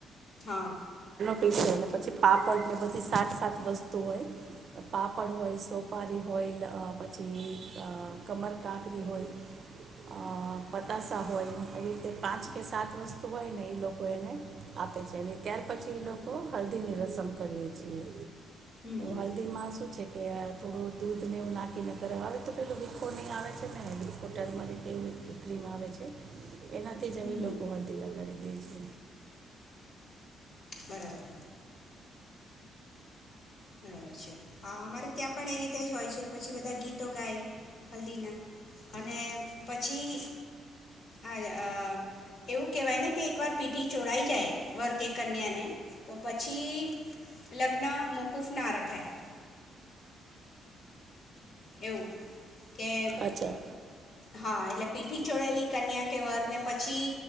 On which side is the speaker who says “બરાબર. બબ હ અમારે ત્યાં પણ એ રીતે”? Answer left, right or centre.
Left